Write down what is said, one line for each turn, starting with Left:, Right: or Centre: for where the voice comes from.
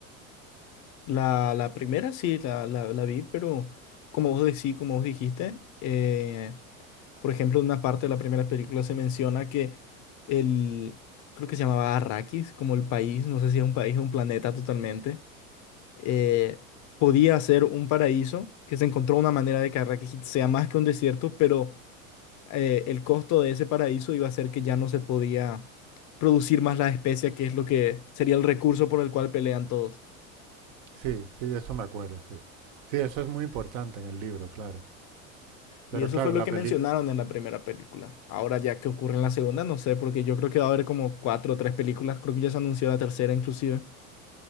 Left: La, la primera sí, la, la, la vi, pero como vos decís, como vos dijiste, eh, por ejemplo, en una parte de la primera película se menciona que el, creo que se llamaba Arrakis, como el país, no sé si es un país o un planeta totalmente eh, podía ser un paraíso, que se encontró una manera de que Arrakis sea más que un desierto, pero eh, el costo de ese paraíso iba a ser que ya no se podía producir más la especia, que es lo que sería el recurso por el cual pelean todos.
Right: Sí, sí, de eso me acuerdo, sí. Sí, eso es muy importante en el libro, claro. Pero
Left: Y eso
Right: claro,
Left: fue
Right: en
Left: lo
Right: la
Left: que
Right: película...
Left: mencionaron en la primera película. Ahora ya que ocurre en la segunda, no sé, porque yo creo que va a haber como cuatro o tres películas, creo que ya se anunció la tercera inclusive.